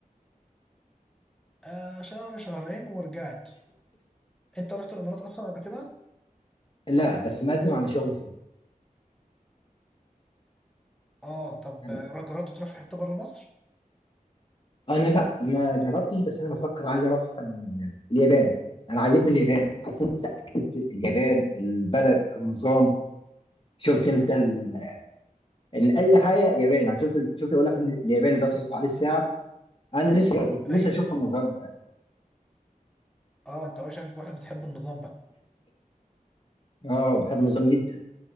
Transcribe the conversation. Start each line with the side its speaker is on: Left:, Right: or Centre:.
Centre: آه، شهر شهرين ورجعت أنت رحت الإمارات أصلا قبل كده؟
Left: لا بس مقدم على شغل فين
Centre: آه طب
Left: انا
Centre: آه، جربت تروح في حتة بره مصر؟
Left: أنا لا ما جربتش بس انا بفكر عايز اروح آه، اليابان انا عاجبني اليابان عارف انت حتة اليابان البلد النظام شفت انت ال... ان اي حاجه ياباني يعني شفت شفت يقول لك ان الياباني ده تظبط عليه الساعه انا نفسي نفسي
Centre: أيوه
Left: اشوف النظام ده
Centre: آه أنت بقى شكلك واحد بتحب النظام بقى
Left: اه بحب النظام جدا